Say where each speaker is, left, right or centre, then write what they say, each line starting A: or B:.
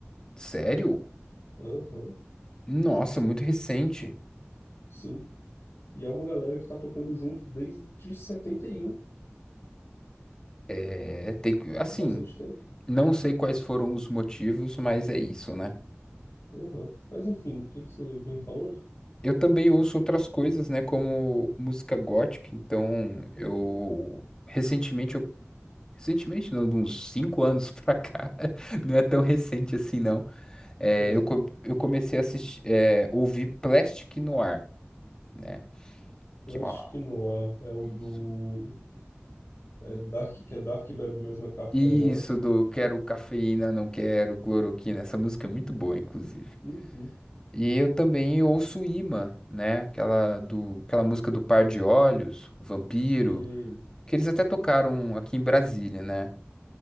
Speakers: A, on the left; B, on the left.
A: Sério?
B: Aham.
A: Nossa, muito recente.
B: Sim. E é uma galera que tá tocando junto desde setenta e um
A: É, tem que, assim,
B: É bastante tempo.
A: não sei quais foram os motivos, mas é isso, né?
B: Aham. Mas enfim, o que que você vinha falando?
A: Eu também ouço outras coisas, né, como música gótica, então eu recentemente, eu, recentemente não, de uns cinco anos <laughs> pra cá, não é tão recente assim não, é,
B: Pois
A: eu,
B: é.
A: co- eu comecei a assistir, é, ouvir Plastic Noir, né,
B: Plastic
A: que é uma,
B: Noir é o
A: isso,
B: do. É Dark, que é Dark Bebe mesmo é café,
A: isso
B: não é?
A: do quero cafeína, não quero cloroquina, essa música é muito boa, inclusive.
B: Uhum.
A: E eu também ouço Imã, né, aquela, do, aquela música do Par de Olhos, o Vampiro,
B: Sei.
A: que eles até tocaram aqui em Brasília, né?